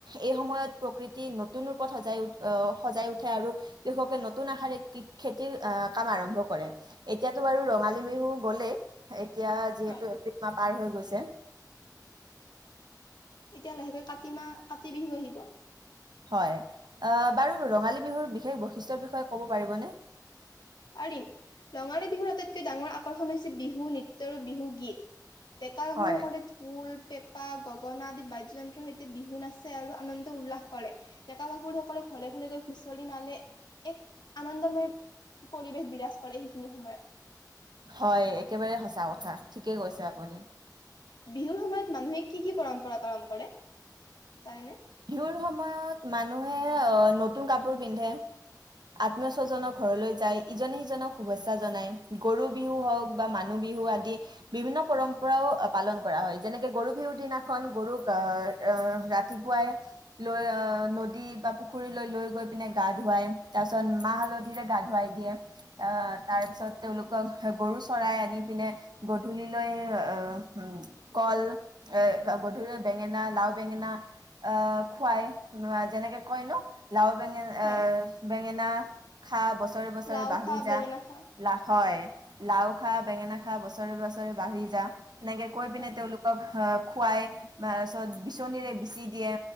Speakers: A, on the right; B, on the left.
A: এই সময়ত প্ৰকৃতি নতুন সজাই উ আহ সজাই উঠে আৰু কৃষকে নতুন আশাৰে খেতিৰ আহ কাম আৰম্ভ কৰে এতিয়াতো বাৰ ৰঙালী বিহু গলেই এতিয়া যিহেতু
B: হয়
A: এপ্ৰিল মাহ পাৰ হৈ গৈছে ছে
B: এতিয়া লাহেকৈ কাটি মা কাতি বিহু আহিব
A: হয় বাৰু ৰঙালী বিহুৰ বিশেষ বৈশিষ্ট্যৰ বিষয়ে ক'ব পাৰিবনে
B: পাৰিম ৰঙালী বিহুৰ আটাইতকৈ ডাঙৰ আকৰ্ষণ হৈছে বিহু নৃত্য আৰু বিহু গীত ডেকা গাভৰু
A: হয়
B: সকলে ঢোল পেপা গগনা আদি বাদ্যয়যন্ত্ৰৰ সৈতে বিহু নাচে আৰু আনন্দ উল্লাস কৰে ডেকা গাভৰু সকলে ঘৰে ঘৰে গৈ হুঁচৰি মালে এক আনন্দময় পৰিৱেশ বিৰাজ কৰে সেইখিনি সময়ত
A: হয় একেবাৰে সঁচা কথা ঠিকেই কৈছে আপুনি
B: বিহুৰ সময়ত মানুহে কি কি পৰম্পৰা পালন কৰে জানেনে
A: বিহুৰ সময়ত মানুহে নতুন কাপোৰ পিন্ধে আত্মীয়স্বজক ঘৰলৈ যায় ইজনে সিজনক শুভেচ্ছা জনায় গৰু বিহু হওক বা মানুহ বিহু আদি বিভিন্ন পৰম্পৰাও পালন কৰা হয় যেনেকৈ গৰু বিহুৰ দিনাখন গৰুক ৰাতিপুৱাই। লৈ আহ নদী বা পুখুৰীলৈ লৈ গৈ পিনে গা ধুৱাই তাৰ পিছত মাহ হালধিৰে গা ধুৱাই দিয়ে আহ তাৰ পিছত তেওঁলোকক গৰু চৰাই আনি পিনে গধূলিলৈ অহ, কল এ গধূুৰ বেঙেনা লাও বেঙেনা অহ খুৱাই যেনেকে কয় ন। লাও বেঙেনা
B: হয়,
A: বেঙেনা খা বছৰে বছৰে
B: লাও
A: বাঢ়ি
B: খা,
A: যা
B: বেঙেনা খা
A: বোলি হয়। লাও খা বেঙেনা খা বছৰে বছৰে বাঢ়ি যা। সেনেকে কৈ পিনে
B: হয়,
A: তেওঁলোকক আহ খুৱাই তাৰপিছত বিচনীৰে বিচি দিয়ে।